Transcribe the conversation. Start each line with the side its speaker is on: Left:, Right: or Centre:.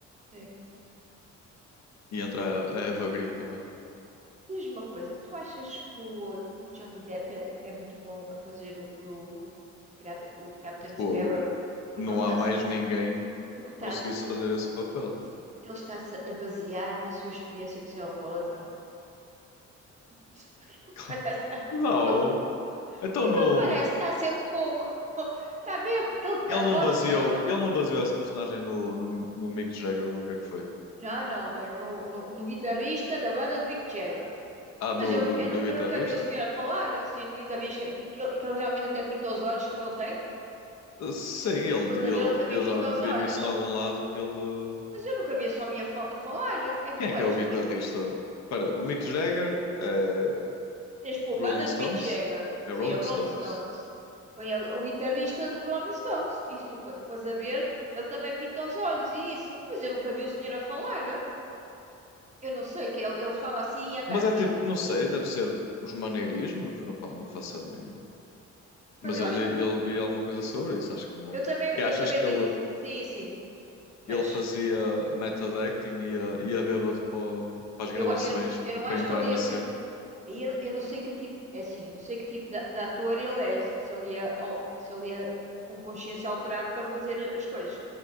Right: sim.
Left: E entra a a Eva Green também.
Right: Diz-me uma coisa, tu achas que o, o Johnny Depp é, é muito bom a fazer o, o, pirata, o Captain
Left: Fogo.
Right: Sparrow? Porque
Left: Não
Right: ele está-se
Left: há mais
Right: a,
Left: ninguém que
Right: porque está-se,
Left: conseguisse
Right: ele,
Left: fazer esse papel.
Right: sim, porque ele está-se a basear na sua experiência de ser alcoólatra. <laughs> Porque ele
Left: <laughs>
Right: parece, tá-
Left: Não.
Right: porque ele, tá-
Left: Então
Right: é
Left: não.
Right: que ele parece, está sempre com, <laughs> com está bêbado, porque
Left: Ele
Right: ele- a
Left: não
Right: voz
Left: baseou,
Right: dele,
Left: ele não baseou essa personagem no, no, no Mick Jagger, logo é que foi.
Right: não, não, é no, no, no guitarrista da banda de Mick Jagger.
Left: Ah, no
Right: Mas eu, nu-
Left: do,
Right: eu,
Left: do
Right: nu-
Left: guitarrista?
Right: eu nunca vi o senhor a falar, assim, no guitarrista, que, que ele, que ele realmente até pinta os olhos, como ele tem.
Left: Uh, Sim, ele,
Right: Pois
Left: ele,
Right: a ver, ele também
Left: eu já
Right: pinta
Left: vi
Right: os olhos.
Left: nisso em algum lado que ele. uh,
Right: Mas eu nunca vi esse homem a, fal- a falar. É É que
Left: Quem
Right: tu
Left: é
Right: olhas
Left: que é o guitarrista?
Right: para.
Left: Espera,
Right: Não
Left: o Mick
Right: sei.
Left: Jagger é
Right: Tens pô,
Left: Rolling
Right: banda
Left: Stones?
Right: de Mick Jagger.
Left: É Rolling
Right: Sim, a Rolling
Left: Stones.
Right: Stones. Põe a- o guitarrista dos Rolling Stones. E se tu va- fores a ver, ele também pinta os olhos e isso. Mas eu nunca vi o senhor a falar. Eu não sei, que ele, ele fala assim e anda
Left: Mas
Right: assim.
Left: é tipo, não sei, deve ser os maneirismos, rapá, não faço a mínima.
Right: Mas
Left: Mas
Right: eu
Left: eu
Right: acho
Left: li,
Right: também.
Left: eu vi alguma coisa sobre isso, acho que não.
Right: Eu também,
Left: Que achas
Right: eu também
Left: que
Right: li
Left: ele,
Right: isso Sim, sim. Mas.
Left: ele fazia method acting e ia, ia bêbado para, o- para as gravações
Right: Eu, eu, eu
Left: para,
Right: não
Left: para
Right: acho
Left: entrar
Right: que ele
Left: na
Right: ia.
Left: cena?
Right: Aí eu, eu não sei que tipo, de- é assim, eu não sei que tipo de, de ator ele é, se ele é, al- se ele é com consciência alterada para fazer as coisas.